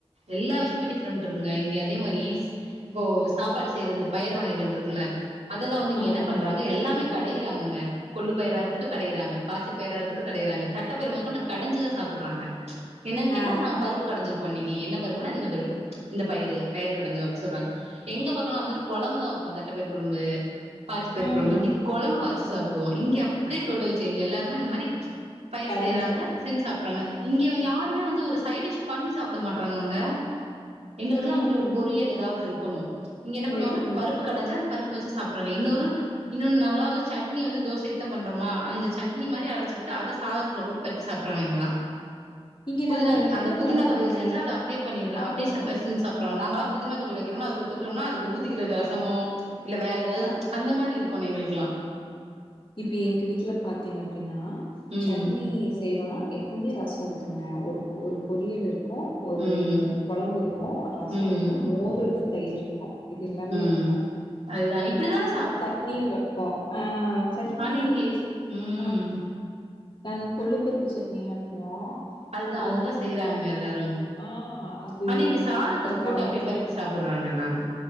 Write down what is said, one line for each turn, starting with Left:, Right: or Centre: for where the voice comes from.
Right: எல்லா விஷயமே டிஃபரெண்ட் இருக்குங்க இங்க அதே மாதிரி இப்போ சாப்பாடு சேர் இந்த பயிர் வகைகள் இருக்குல அதெல்லா வந்து இங்க
Left: ம்
Right: என்ன பண்றாங்க எல்லாமே கடையறாங்க கொல்லு பயரா இருக்கும் கடையிறாங்க பாசி பயரா இருக்கும் கடையிறாங்க தட்டப்பயர் கடஞ்சுதான் சாப்டுறாங்க என்னன்னு கேட்டா
Left: ஆ
Right: நாங்க பருப்பு கடைஞ்சிருக் இன்னனைக்கு என்ன பருப்புனா இந்த பருப்பு இந்த பயரு பயரு கடஞ்சோ அப்டினு சொல்றாங்க எங்க பக் வந்துட்டு கொழம்பு தா வைப்போ தட்டப்ப பயர் கொழம்பு பாசி பயரு
Left: ம்
Right: கொழம்பு இப்டி கொழம்புச் சாப்பிடுவோ இங்க அடியே டோட்டல் சேஞ் எல்ல இந்த மாரி பயிர்
Left: கடஞ்சு
Right: செய்றாங்க செஞ்சு சாப்ட்டு றங்க இங்க யாருமே வந்து ஒரு சைட டிஷ் பண்ணி சாப்பிட மாட்டறாங்கங்க எங்களுக்குல்லா
Left: ம்
Right: வந்துட்டு ஒரு பொறியல் ஏதாவது இருக் கொணு இங்க என்ன பண்ணுவங்க
Left: இருக்கணு
Right: இப்ப பருப்பு கடஞ்ச அந்த பருப் ப்ப வச்சு சாப்ருவாங்க இன்னொரு இன்னொன்னு நாங்களா வந்து சட்னி வந்து தோசக் தா பண்றோமா அந்த சட்னி மாதுரி அரைச்சுக்கிட்டு அத சாதத்துல போட்டு பெருத்தி சாப்ட்றாங்க இங்கல்லா
Left: இங்க
Right: புதினா
Left: நாங்க ரெண்டுமே
Right: அந்த புதினா
Left: பண்ணுவோங்க
Right: தொவயல் செஞ்சு அதை அப்டே பண்ணிற
Left: அப்டியே
Right: அப்டே ச பெசஞ் சாப்ருவாங்க நாங்களா புதினா தொவைல் வக்கிறம்ல அத தொட்டு க்குறம்னா அதுக் ஊதிக்கிறக்கு ரசமோ இல்ல வேற எதாது
Left: ஆ
Right: அந்த மாரி இருக்குணு எங்குளுக்குலா
Left: இப்ப எங்க வீட்ல பாத்தீங்க அப்டினா
Right: ம்
Left: சட்னி செய்றோனா எப்பமே ரசொ இருக் க்குங்க ஒரு ஒரு பொறியல் இரு க்கு ஒரு
Right: ம்
Left: த கொழம்பு இருக்கு ரசொ
Right: ம்
Left: இருக்கு மோருல்ல தயிருக்கு இது எல்லாமே
Right: ம்
Left: இருக்கு
Right: அதுதா இப்டிதான
Left: அ சட்னி வப்போ ஆ சட்னி
Right: ஆன இங்கே ம்
Left: ஆ நாங்க கொள்ளு பொருக்கு சட்னி ஆட்டுவோ
Right: அதுதா
Left: அப்புறோ
Right: அதுதா செய்றாங்க எல்லாரு
Left: ஆ அது
Right: ஆனா இங்க சாதத்துக்கு
Left: அப்புறோ
Right: போட்டு
Left: கடல்
Right: அப்டியே பெரட்டி சாப்புர்றாங்க எல்லாரு